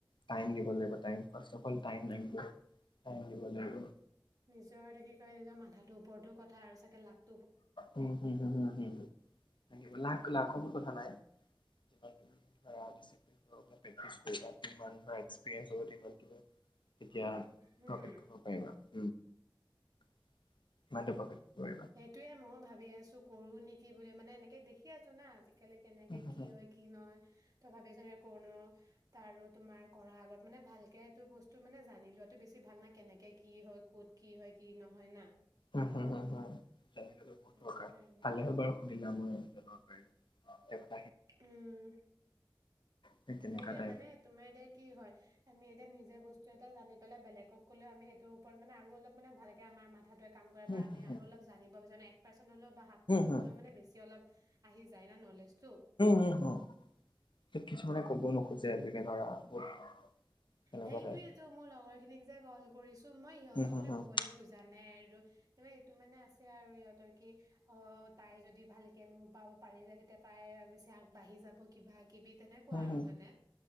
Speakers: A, on the left (about 90°); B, on the right (about 50°).
A: টাইম দিব লাগিব time first of all time
B: হা
A: লাগিব টাইম দিব লাগিব।
B: নিজৰটো কি কয়, নিজৰ মাথাটোৰ ওপৰতো কথা আৰু চাগে লাক
A: উম, হম, হম, হম, হম, হম।
B: উম।
A: লাক, লাকৰো কথা নাই ধৰা, ডিচিপ্লিন হৈ পেলাই। প্ৰেক্টিছ কৰিবা। যিমানটা এক্সপিৰিয়েন্স হৈ, সিমানতো এতিয়া
B: উম,
A: <unintelligible> কৰিব পাৰিবা। <inaudible> সমানটো প্ৰকৃত কৰিবা
B: এইটোৱে মই ভাবি আছো কৰো নেকি বুলি মানে এনেকে দে দেখি আছো না আজিকালি কেনেকে
A: উম হুম
B: কি হয় কি নহয় তই ভাবিছনে কনো তাৰ আৰু তোমাৰ কৰা আগত মানে ভালকে এইটো বস্তু মানে জানি লোৱাাতো বেছি ভাল ন কেনেকে কি হয় ক'ত কি হয় কি নহয়! হয় ন!
A: উম হু হু হু জটো বহুত
B: সেইটো
A: দৰকাৰ
B: কাৰণে
A: ভালে হ'ল বাৰু সুধিলা মই জনাব পাৰিলো <unintelligible>
B: উম
A: সেই তেনেকা
B: সেইটোৱে
A: টাইপ
B: মানে তোমাৰ এতিয়া কি হয় আমি এতিয়া নিজে বস্তু এটা জানি পেলাই বেলেগক ক'লেও আমি সেইটো ওপৰত মানে আৰু অলপ মানে, ভালকে আমাৰ মাথাতোৱে কাম কৰে।
A: হুম
B: বা আমি
A: হুম হুম
B: আৰু অলপ জানিব <unintelligible> পাৰ্চনলৈও বা হাফ পাৰ্চনলৈ
A: হুম
B: বেছি অলপ আহি যায় না নলেজটো
A: হুম হুম হুম কিছুমানে ক'ব নোখোজে আজিকে ধৰা বহুত তেনেকুৱা
B: সেইটোৱে
A: টাইপ
B: তো মোৰ ল লগৰখিনিক যে ক'ল কৰিছো মই সিহঁতো
A: হুম হুম
B: মানে
A: হুম
B: ক'বলৈ খোজা নাই আৰু তাৰ এইটো মানে আছে আৰু সিহঁতৰ কি অ তাই যদি ভালকে মোৰ পাও পাৰি যায় তেতিয়া তাই পিছে আগবাঢ়ি যাব কিবা কিবি তেনেকুৱা
A: হুম হুম
B: আৰু মানে